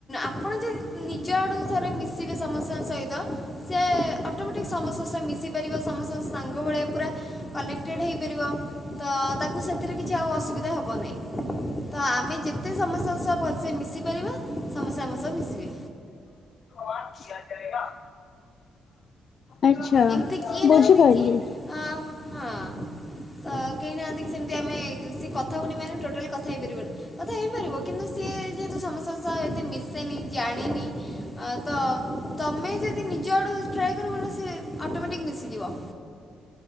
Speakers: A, on the left (about 25°); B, on the left (about 55°).
A: ଆପଣ ଯଦି। ନିଜ ଆଡୁ ଥରେ ମିଶିବେ ସମସ୍ତଙ୍କ ସହିତ। ସେ ଅଟୋମେଟିକ୍ ସମସ୍ତଙ୍କ ସହ ମିଶି ପାରିବ ସମସ୍ତଙ୍କ ସାଙ୍ଗ ଭଳିଆ ପୁରା କନେକ୍ଟେଡ଼୍ ହେଇପାରିବ। ତ ତାକୁ ସେଥିରେ କିଛି ଆଉ ଅସୁବିଧା ହବ ନାହିଁ। ତ ଆମେ ଯେତେ ସମସ୍ତଙ୍କ ସହ ଭଲସେ ମିଶି ପାରିବା ସମସ୍ତେ ଆମ ସହ ମିଶିବେ।
B: <unintelligible> ଆଚ୍ଛା
A: ଏମିତି କିଏ
B: ବୁଝିପାରିଲି।
A: ନାହାନ୍ତି କି ଆଁ ହଁ। ତ କେହି ନାହାନ୍ତି କି ସେମତି ଆମେ ସିଏ କଥା ହଉନି ମାନେ ଟୋଟାଲ କଥା ହେଇପାରିବନି। କଥା ହେଇପାରିବ କିନ୍ତୁ ସିଏ ଯେହେତୁ ସମସ୍ତଙ୍କ ସହ ଏତେ ମିଶେନି ଜାଣିନି। ତ ତମେ ଯଦି ନିଜ ଆଡୁ ଟ୍ରାଏ କରିବ ତ ସେ ଅଟୋମେଟିକ ମିଶିଯିବ।